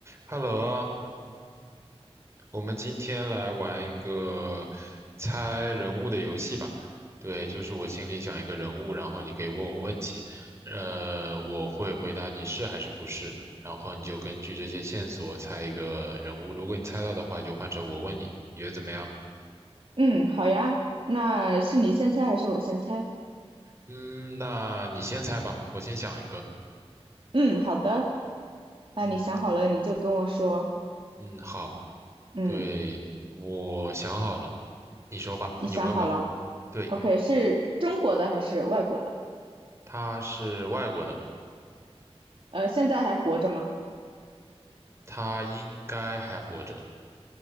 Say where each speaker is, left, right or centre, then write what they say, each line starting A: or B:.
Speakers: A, on the right; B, on the right.
A: Hello 啊，我们今天来玩一个猜人物的游戏吧。对，就是我心里想一个人物，然后你可以问我问题，呃，我会回答你是还是不是，然后你就根据这些线索猜一个人物。如果你猜到的话，就换成我问你，你觉得怎么样？
B: 嗯，好呀，那是你先猜还是我先猜？
A: 嗯，那你先猜吧，我先想一个。
B: 嗯，好的，那你想好了你就跟我说。
A: 嗯嗯，好，
B: 嗯，
A: 对，我想好了，你说吧，
B: 你想好了
A: 你问吧。对，
B: ？OK，是中国的还是外国的？
A: 他是外国的，
B: 呃，现在还活着吗？
A: 他应该还活着。